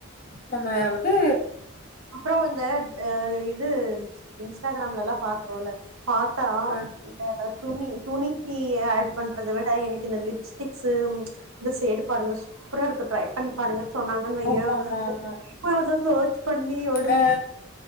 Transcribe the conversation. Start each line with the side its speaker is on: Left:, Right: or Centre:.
Left: நம்ம வந்து
Right: அப்றோ அந்த அ இது இன்ஸ்டாகிராம்ல எல்லா பாக்குறோல பாத்தா
Left: அ
Right: இந்த துணி துணிக்கு ஆட் பண்றத விட எனக்கு இந்த லிப்ஸ்டிக்ஸு இந்த ஷேடு பாருங்க சூப்பரா இருக்கு ட்ரை பண்ணி பாருங்க சொன்னாங்கன்னு வையே
Left: ஆமா ஆமா ஆமா
Right: போதோ சோச் பண்ணி ஒ
Left: அ